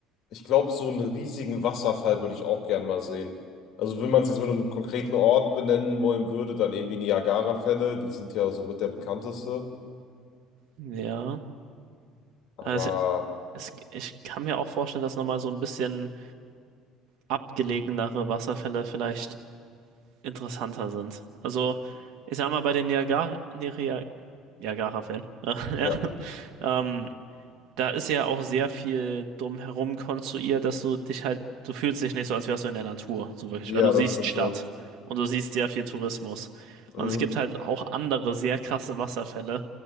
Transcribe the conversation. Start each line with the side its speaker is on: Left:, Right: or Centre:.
Left: Ich glaube, so einen riesigen Wasserfall würde ich auch gern mal sehen. Also, wenn man es jetzt mit einem konkreten Ort benennen wollen würde, dann eben die Niagara-Fälle. Die sind ja somit der bekannteste.
Right: Ja,
Left: Aber
Right: also es, ich kann mir auch vorstellen, dass nochmal so ein bisschen abgelegenere Wasserfälle vielleicht interessanter sind. Also, ich sag mal, bei den Niagara, Niagara, Niagara-Fällen, <laughs> ja, ja,
Left: ja,
Right: ähm, da ist ja auch sehr viel drumherum konstruiert, dass du dich halt, du fühlst dich nicht so, als wärst du in der Natur, so wirklich,
Left: ja,
Right: weil du siehst
Left: das stimmt
Right: Stadt
Left: wohl.
Right: und du siehst sehr viel Tourismus.
Left: Mhm.
Right: Und es gibt halt auch andere sehr krasse Wasserfälle,